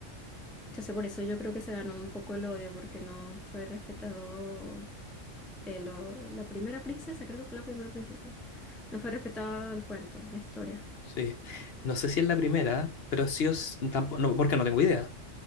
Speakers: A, in the centre; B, on the left.
A: Entonces por eso yo creo que se ganó un poco el odio, porque no fue respetado eh, lo- la primera princesa, creo que fue la primera princesa, no fue respetado el cuento, la historia.
B: Sí. No sé si es la primera, pero sí os... Tampoco, no, porque no tengo idea.